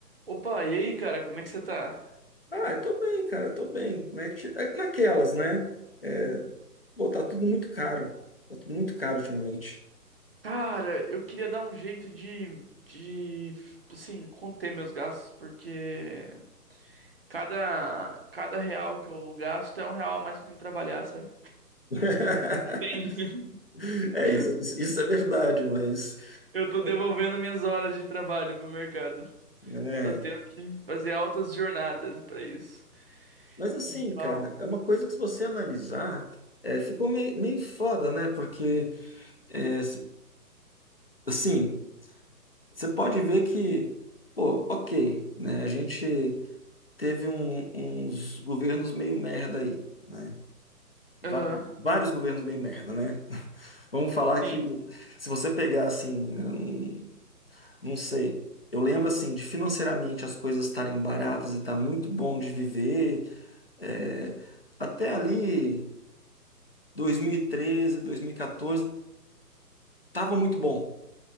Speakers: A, on the right (about 35°); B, on the left (about 40°).
A: Opa, e aí, cara, como é que você tá?
B: Ah, eu tô bem, cara, eu tô bem. Né? Ti- é Naquelas, né? É, pô, tá tudo muito caro. Tá tudo muito caro ultimamente.
A: Cara, eu queria dar um jeito de, de, assim, conter meus gastos, porque cada, cada real que eu gasto é um real a mais que eu tenho que trabalhar, sabe?
B: <laughs>
A: Entendi.
B: É,
A: <laughs>
B: isso, isso é verdade, mas.
A: Eu tô
B: bom,
A: devolvendo minhas horas de trabalho pro mercado.
B: né?
A: Tô tendo que fazer altas jornadas pra isso.
B: Mas assim,
A: Então,
B: cara, é uma coisa que se você analisar, é, ficou meio, meio foda, né? Porque, é, se- assim, você pode ver que, pô, ok, né? A gente teve um- uns governos meio merda aí, né? Va-
A: aham,
B: Vários governos meio merda, né? Vamos falar
A: sim,
B: que
A: sim.
B: se você pegar assim, eu não, não sei. Eu lembro assim de financeiramente as coisas estarem baratas e tá muito bom de viver. é, até ali 2013, 2014 tava muito bom.